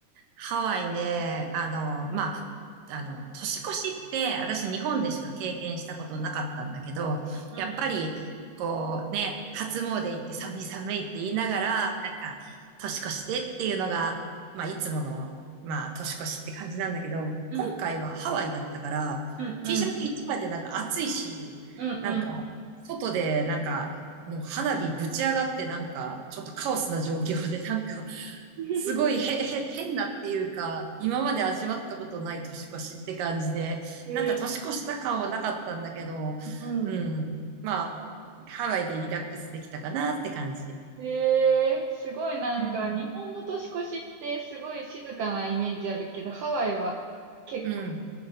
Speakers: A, on the right (about 85°); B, on the right (about 70°).
A: ハワイね、あの、まあ、あの、年越しって、私日本でしか経験したことなかったんだけど、
B: うん、
A: やっぱり、こうね、初詣行って寒い寒いって言いながら、なんか、年越してっていうのが、まあ、いつもの、まあ、年越しって感じなんだけど、
B: うん、
A: 今回はハワイだったから、
B: うん、うん、
A: T シャツ一枚でなんか暑いし、
B: うん、
A: なんか、
B: うん。
A: 外でなんか、もう花火ぶち上がってなんか、ちょっとカオスな状況でなんか、
B: うん <laughs>
A: すごいへ、へ、変なっていうか、今まで味わったことない年越しって感じで、
B: えー、
A: なんか年越した感はなかったんだけど、
B: うん、うん。
A: うん。まあ、ハワイでリラックスできたかなって感じ。
B: えー、すごいなんか日本の年越しってすごい静かなイメージあるけど、
A: うん。
B: ハワイは結構
A: うん。